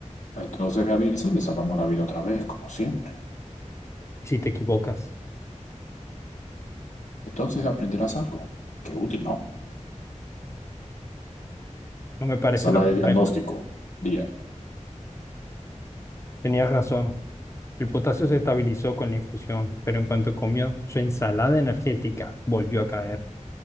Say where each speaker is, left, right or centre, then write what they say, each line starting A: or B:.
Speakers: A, on the left; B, on the left.
A: Entonces me avisa y le salvamos la vida otra vez, como siempre.
B: y si te equivocas,
A: Entonces aprenderás algo. Qué útil, ¿no?
B: no me parece
A: Sala
B: lo correcto.
A: de diagnóstico, día.
B: Tenías razón. El potasio se estabilizó con la infusión, pero en cuanto comió su ensalada energética, volvió a caer.